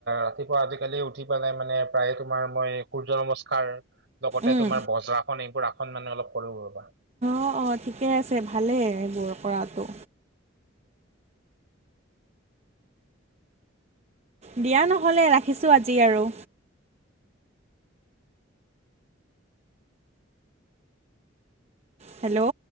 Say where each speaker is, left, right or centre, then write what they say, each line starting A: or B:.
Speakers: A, on the right (about 60°); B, on the right (about 35°).
A: ৰাতিপুৱা আজিকালি উঠি পেলাই মানে প্ৰায়ে তোমাৰ মই সূৰ্য নমস্কাৰ লগতে
B: উম
A: তোমাৰ বজ্ৰাখন এইবোৰ আসন মানে অলপ কৰো ৰবা।
B: অ' অ' ঠিকে আছে ভালেই এইবোৰ কৰাটো। দিয়া নহ'লে ৰাখিছোঁ আজি আৰু। হেল্ল'